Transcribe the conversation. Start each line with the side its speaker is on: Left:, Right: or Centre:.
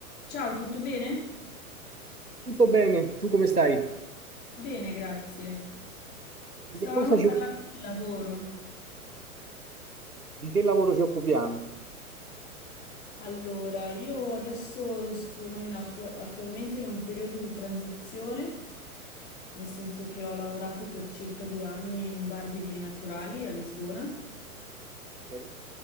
Left: Ciao, tutto bene?
Right: Tutto bene, tu come stai?
Left: Bene, grazie.
Right: Di
Left: Stavamo
Right: che cosa ci,
Left: parlando di lavoro.
Right: di che lavoro ci occupiamo?
Left: Allora, io adesso sono in attu- attualmente in un periodo di transizione, nel senso che ho lavorato per circa due anni in un bar di vini naturali a Lisbona
Right: Ok.